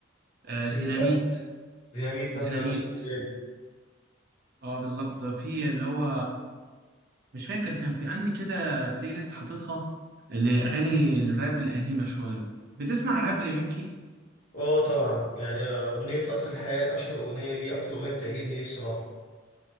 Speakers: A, on the right (about 50°); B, on the left (about 40°).
A: آه،
B: سندباد
A: ديناميت
B: ديناميت مثلا
A: ديناميت
B: وسندباد
A: اه بالظبط في اللي هو مش فاكر كان في عندي كده بلاي ليست حاططها لأغاني الراب القديمة شوية بتسمع راب لمكي
B: اه طبعا يعني اغنيه قطر الحياه اشهر اغنيه ليه اكتر اغنيه بتعجبني ليه بصراحه